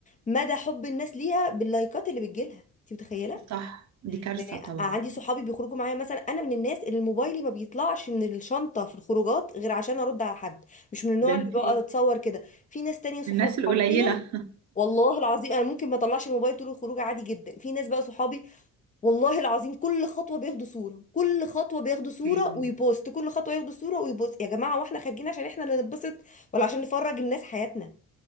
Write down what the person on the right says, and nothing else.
صح دي كارثة
طبعا
ده انت
من الناس القليلة
<laughs>